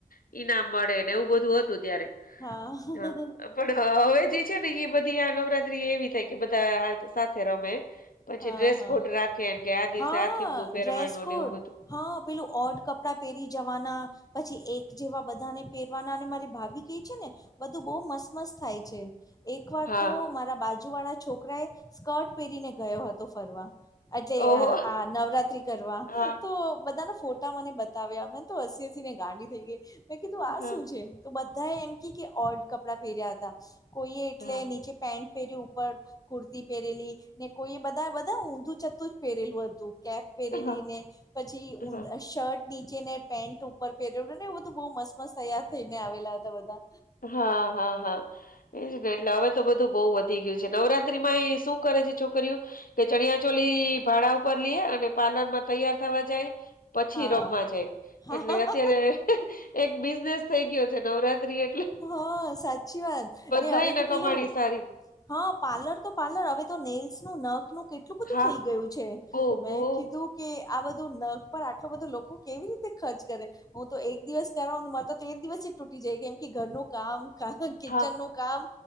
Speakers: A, on the left; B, on the left.
A: ઈનામ મળે ને એવું બધું હતું ત્યારે
B: હા હા
A: હ પણ હવે જે છે ને એ બધી આ નવરાત્રી એવી થાય કે બધા સાથે રમે પછી
B: હા
A: ડ્રેસ
B: હા
A: કોડ રાખે ને કે આ દિવસે
B: હા
A: આ થીમ નું
B: ડ્રેસ
A: પહેરવાનું
B: કોડ
A: ને એવું બધું
B: હા પેલું ઓડ કપ કપડા પહેરી જવાના પછી એક જેવા બધાને પહેરવાના અને મારી ભાભી કહી છે ને બધું બહુ મસ્ત મસ્ત થાય છે એક વાર
A: હા
B: તો મારા બાજુ વાળા છોકરાએ સ્કર્ટ પહેરીને ગયો હતો ફરવા એટલે
A: ઓહો
B: આ નવરાત્રી કરવા
A: હા
B: તો બધાને ફોટા મને બતાવ્યા મને તો હસી હસી ને ગાંડી થઈ ગઈ મેં કીધું આ
A: હા
B: શું છે. તો બધા એમ કે કે ઓર્ડ કપડાં પહેર્યા હતા કોઈએ એટલે
A: હા
B: નીચે પેન્ટ પહેરી ઉપર કુર્તી પહેરેલી ને કોઈ એ બધા બધા ઊંધું છતું જ પહેરેલું હતું કે પહેરેલી
A: હા
B: ને પછી ઊ
A: હા
B: શર્ટ નીચે ને પેન્ટ ઉપર પહેરવડ્યું ને એું બધું બહુ મસ્ત મસ્ત તૈયાર થઈને આવેલા હતા બધા
A: હા હા હા એજ ને એટલે હવે તો બધું બહુ વધી ગયું છે નવરાત્રીમાં એ શું કરે છે છોકરીઓ કે ચણિયા ચોલી ભાડા ઉપર લઈએ અને પાર્લર માં તૈયાર થવા જાય પછી
B: હા
A: રમવા જાય એટલે
B: હા
A: અત્યારે એક બિઝનેસ થઈ ગયો છે નવરાત્રી એટલે
B: હા સાચી વાત
A: બધાને
B: ને હવે તો પેલું
A: કમાણી સારી
B: હા પાર્લર તો પાર્લર હવે તો નેલ્સ નું નખનું કેટલું બધું
A: હા
B: થઈ ગયું છે
A: બહુ બહુ
B: મેં કીધું કે આ બધું નગ પર આટલો બધો લોકો કેવી રીતે ખર્ચ કરે. હું તો એક દિવસ કરાવ મારે તો તો એક દિવસ જ તૂટી જાય કેમ કે ઘરનું કામ કિચન
A: હા
B: નું કામ